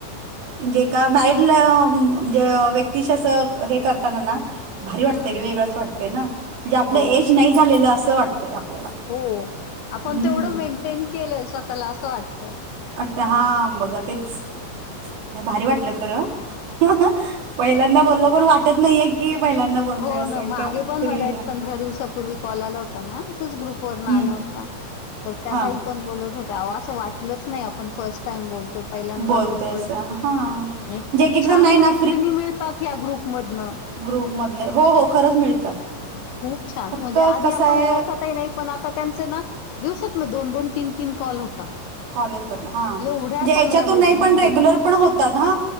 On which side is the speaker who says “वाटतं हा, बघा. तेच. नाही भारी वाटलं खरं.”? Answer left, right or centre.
Right